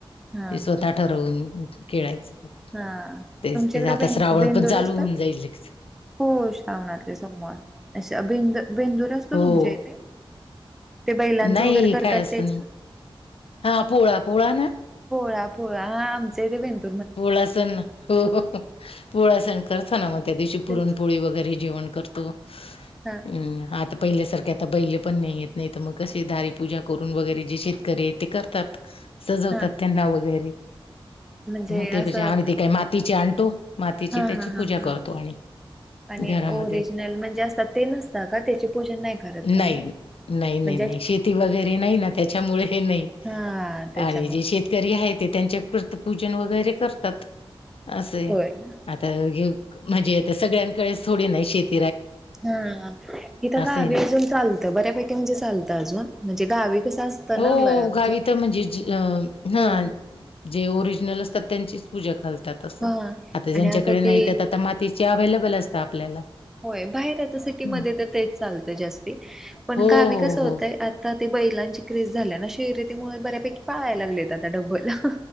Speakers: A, in the centre; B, on the left.
A: हा
B: ते स्वतः
A: हा हा
B: ठरवून खेळायचं
A: हा
B: तेच
A: तुमच्याकडे
B: ते आता
A: बें
B: श्रावण
A: बेंदूर
B: पण चालू
A: असतात
B: हून जाईल. अ
A: हो श्रावणातले सोमवार. आशा बेंद बेंदूर असतो
B: हो
A: तुमच्या इथे? ते बैलांचं
B: नाही
A: वगैरे करतात
B: काय असतं
A: तेच
B: नाही
A: का?
B: हा पोळा पोळा ना
A: पोळा, पोळा हा आमच्या इथे बेंद
B: पोळा सण ना हो पोळा सण करतो ना, मग त्या दिवशी
A: तेच
B: पुरण पोळी वगैरे जेवण करतो अं
A: हा
B: आता पहिल्यासारखे आता बैल पण नाही येत. नाही तर मग कसे दारी पूजा करून वगैरे जे शेतकरी आहेत ते करतात, सजवतात
A: हा
B: त्यांना वगैरे
A: म्हणजे
B: हो ती
A: असं
B: पुजा आम्ही ते काय मातीचे आण मातीचे
A: हा
B: त्याची
A: हा हा
B: पूजा
A: हा
B: करतो. आणि
A: आणि
B: घरामध्ये
A: ओरिजनल म्हणजे असतात ते नसत का? त्याचे पूजन नाही करत तुम्ही,,
B: नाही नाही नाही
A: हम
B: शेती वगैरे नाही ना, त्याच्यामुळे नाही,
A: हा त्याच्यामुळे
B: आणि जे शेतकरी आहे ते त्यांच्या कृ पूजन वगैरे करतात,, असे,,
A: होय ना.
B: आता हे म्हणजे आता सगळ्यांकडेच थोडी नाही शेत
A: हा इिथ
B: असं
A: गावी
B: आहे ना.
A: अजून चालत, बऱ्यापैकी म्हणजे चालतं अजून म्हणजे गावी कसं असतं
B: हो,
A: ना म्हणजे
B: गावी तर म्हणजे
A: हो
B: ह जे ओरिजिनल असतात त्यांचीच पूजा घाल आता
A: हा
B: ज्यांच्याकडे
A: आणि आता
B: नाही
A: ते
B: त्यात आता मातीचे अवेलेबल असतात आपल्याला
A: होय, बाहेर आता सिटीमध्ये
B: हम्म.
A: तर तेच चालतं जास्ती,, पण
B: हो
A: गावी
B: हो
A: कसं
B: हो
A: होतंय आता ते बैलांची क्रेज झाल्या ना शिरतीमुळे बऱ्यापैकी पाळाय लागलेत आ डबलं,